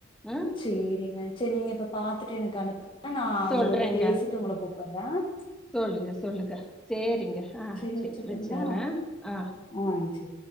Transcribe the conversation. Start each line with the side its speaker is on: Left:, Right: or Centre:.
Centre: ஆ.
Left: சேரிங்க சேரி நீங்க இப்ப பாத்துட்டு எனக்கு அனு நான்
Centre: சொல்றேங்க.
Left: உங்ககிட்ட பேசிட்டு உங்களுக்கு அத
Centre: சொல்லுங்க சொல்லுங்க சேரிங்க ஆஹ்
Left: சரி
Centre: சேரி
Left: வச்சுட்டுங்களா
Centre: வச்சுறேன் ஆஹ்
Left: ஆ சரி